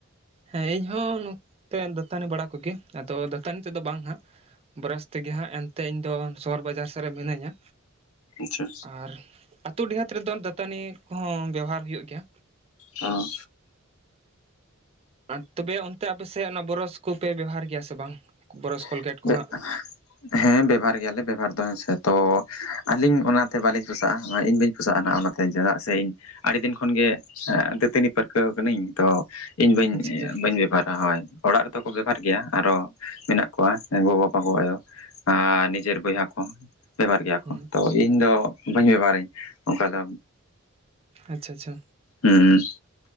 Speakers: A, on the right; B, on the left.
A: ᱦᱮᱸ, ᱤᱧ ᱦᱚᱸ ᱱᱚᱛᱮ ᱫᱟᱹᱛᱟᱹᱱᱤ ᱵᱟᱲᱟ ᱠᱚᱜᱮ, ᱟᱫᱚ ᱫᱟᱹᱛᱟᱹᱱ ᱛᱮᱫᱚ ᱵᱟᱝ ᱦᱟᱸᱜ, ᱵᱨᱟᱥ ᱛᱮᱜᱮ ᱦᱟᱸᱜ ᱮᱱᱛᱮ ᱤᱧᱫᱚ ᱥᱚᱦᱚᱨ ᱵᱟᱡᱟᱨ ᱥᱮᱫ ᱨᱮ ᱢᱤᱱᱟᱹᱧᱟ,
B: ᱟᱪᱪᱷᱟ
A: ᱟᱨ ᱟᱛᱩ ᱰᱤᱦᱟᱹᱛ ᱨᱮᱫᱚ ᱫᱟᱹᱛᱟᱹᱱᱤ ᱠᱚᱦᱚᱸ ᱵᱮᱣᱦᱟᱨ ᱦᱩᱭᱩᱜ ᱜᱮᱭᱟ,
B: ᱚᱸ᱾
A: <unintelligible> ᱛᱚᱵᱮ ᱚᱱᱛᱮ ᱟᱯᱮ ᱥᱮᱫ ᱚᱱᱟ ᱵᱚᱨᱚᱥ ᱠᱚᱯᱮ ᱵᱮᱵᱷᱟᱨ ᱜᱮᱭᱟ ᱥᱮ ᱵᱟᱝ? ᱵᱚᱨᱚᱥ
B: <inaudible>
A: ᱠᱚᱞᱜᱮᱴ ᱠᱚ ᱦᱟᱸᱜ
B: ᱦᱮᱸ ᱵᱮᱵᱷᱟᱨ ᱜᱮᱭᱟᱞᱮ ᱵᱮᱵᱟᱨ ᱫᱚ ᱦᱮᱸᱥᱮ, ᱛᱚ ᱟᱹᱞᱤᱧ ᱚᱱᱟᱛᱮ ᱵᱟᱹᱞᱤᱧ ᱯᱚᱥᱟᱜᱼᱟ ᱤᱧ ᱵᱟᱹᱧ ᱯᱚᱥᱟᱜᱼᱟ ᱱᱟᱜ ᱚᱱᱟᱛᱮ ᱪᱮᱫᱟᱜ ᱥᱮ ᱤᱧ, ᱟᱹᱰᱤ ᱫᱤᱱ ᱠᱷᱚᱱ ᱜᱮ ᱫᱟᱹᱛᱟᱹᱱᱤ ᱯᱟᱹᱨᱠᱟᱹᱣ ᱠᱟᱹᱱᱟᱹᱧ ᱛᱚ ᱤᱧ ᱵᱟᱹᱧ
A: ᱟᱪᱪᱷᱟ ᱟᱪᱪᱷᱟ
B: ᱵᱟᱹᱧ ᱵᱮᱵᱷᱟᱨᱟ ᱦᱳᱭ ᱚᱲᱟᱜ ᱨᱮᱫᱚ ᱠᱚ ᱵᱮᱵᱚᱦᱟᱨ ᱜᱮᱭᱟ, ᱟᱨᱚ ᱢᱮᱱᱟᱜ ᱠᱚᱣᱟ, ᱜᱚᱜᱚ, ᱵᱟᱵᱟ, ᱜᱚ ᱟᱭᱳ ᱟᱨ ᱱᱤᱡᱮᱨ ᱵᱚᱭᱦᱟ ᱠᱚ ᱵᱮᱵᱷᱟᱨ ᱜᱮᱭᱟ
A: ᱦᱩᱸ
B: ᱠᱚ, ᱛᱚ ᱤᱧ ᱫᱚ ᱵᱟᱹᱧ ᱵᱮᱵᱚᱦᱟᱨᱟᱹᱧ ᱚᱝᱠᱟ ᱫᱚ᱾
A: ᱟᱪᱪᱷᱟ ᱟᱪᱪᱷᱟ᱾
B: ᱦᱩᱸ᱾